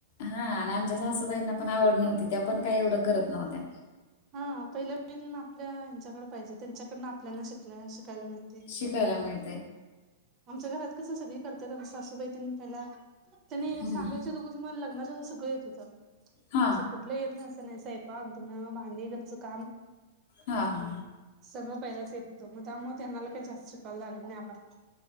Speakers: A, on the left; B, on the right.
A: हा आणि आमच्या सासूबाईंना पण आवड नव्हती, त्या पण काही एवढं करत नव्हत्या.
B: हा पहिलं पिण आपल्या यांच्याकडं पाहिजे, त्यांच्याकडनं आपल्या शिक ल्या शिकायला मिळतंय.
A: शिकायला मिळ
B: आमच्या घरात कसं सगळी करतात, आमची सासूबाई तेन पहिला त्यानी
A: हम्म
B: सांगायच्या अगोदर मला लग्नाच्या अदोगर सगळं येत होतं.
A: हा.
B: असं कुठलं येत नाही असं नाय सयंपाक, धुणं, भांडी घरचं काम
A: हा हा हा.
B: सगळं पहिलाच येत होतं, मग त्यामुळं ते आम्हाला काही जास्त शिकवायला लागत नाही, आम्हाला